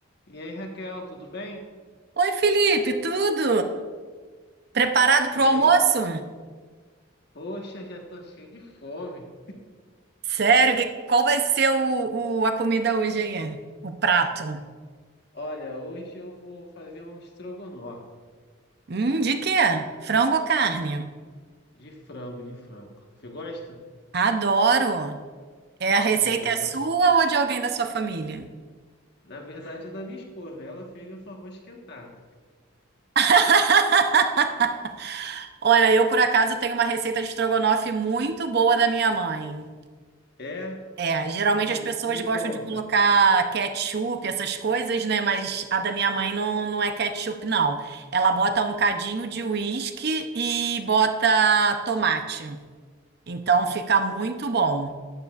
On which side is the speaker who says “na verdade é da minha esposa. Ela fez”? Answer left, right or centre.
Left